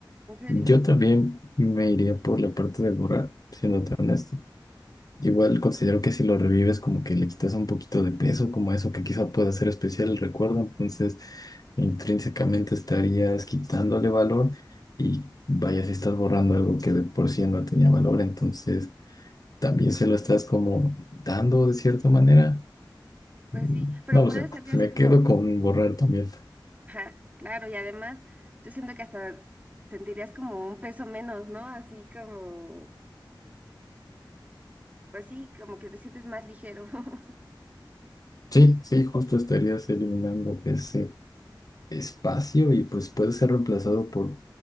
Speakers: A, on the right; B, on the left.
A: ¿En serio?
B: yo también me iría por la parte de borrar, siéndote honesto. Igual considero que si lo revives, como que le quitas un poquito de peso, como eso que quizá pueda ser especial el recuerdo, entonces intrínsecamente
A: No.
B: estarías quitándole valor y vaya si estás borrando algo que de por sí no tenía valor, entonces también se lo estás como dando de cierta manera.
A: Pues
B: Mm,
A: sí, pero
B: No
A: puede
B: lo sé,
A: ser que así
B: me
A: como
B: quedo con borrar también.
A: Ajá, claro, y además yo siento que hasta sentirías como un peso menos, ¿no? Así como, pues sí, como que te sientes más ligero. <laughs>
B: Sí, sí, justo estarías eliminando ese espacio y pues puede ser reemplazado por